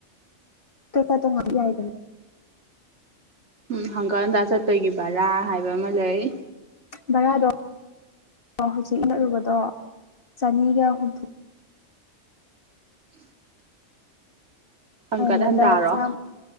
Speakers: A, on the left; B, on the right.
A: ꯀ ꯀ ꯇꯉ ꯌꯥꯏꯗꯅ
B: ꯎꯝ ꯍꯪꯒꯥꯜꯝꯗ ꯆꯠꯄꯒꯤ ꯚꯔꯥ ꯍꯥꯏꯕ ꯑꯃ ꯂꯩ
A: ꯚꯔꯥꯗꯣ ꯍꯧꯖꯤꯛ ꯏꯂꯛꯂꯨꯕꯗꯣ ꯆꯅꯤꯒ ꯍꯨꯝꯐꯨ
B: ꯍꯪꯀꯠ
A: ꯅꯣꯡꯃꯗ
B: ꯍꯟꯇꯥꯔꯣ
A: ꯆꯥꯝ